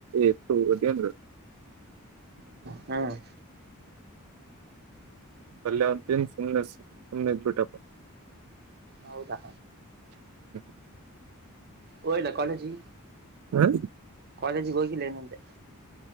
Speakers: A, on the right (about 75°); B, on the right (about 45°).
A: ಎತ್ತು ಹೋಗೆಂದ್ರ.
B: ಹ್ಮ್
A: ಅಲ್ಲ ಅವನ ತಿಂದ ಸುಮ್ನೆ ಸುಮ್ಮನೆ ಇದ್ದ ಬಿಟಪ್ಪ.
B: ಹೌದಾ
A: ಹ
B: ಹೋಗಿದ್ಯಾ ಕಾಲೇಜಿ
A: ಹಾ
B: ಕಾಲೇಜಿಗೆ ಹೋಗಿಲ್ಲೇನಂತೆ